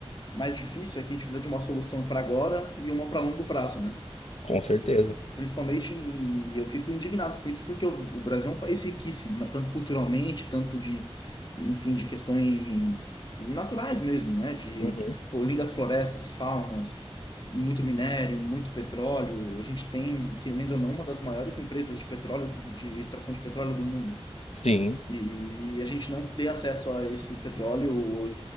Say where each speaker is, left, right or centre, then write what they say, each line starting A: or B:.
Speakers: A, on the left; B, on the left.
A: mais difícil é que a gente precisa de uma solução para agora e uma para longo prazo, né?
B: com certeza.
A: Principalmente, e eu fico indignado com isso, porque o o Brasil é um país riquíssimo, né? Tanto culturalmente, tanto de, enfim, de questões naturais mesmo, né? De,
B: Uhum.
A: pô, lindas florestas, faunas, muito minério, muito petróleo. A gente tem, querendo ou não, uma das maiores empresas de petróleo, de extração de petróleo do mundo.
B: Sim.
A: E a gente não ter acesso a esse petróleo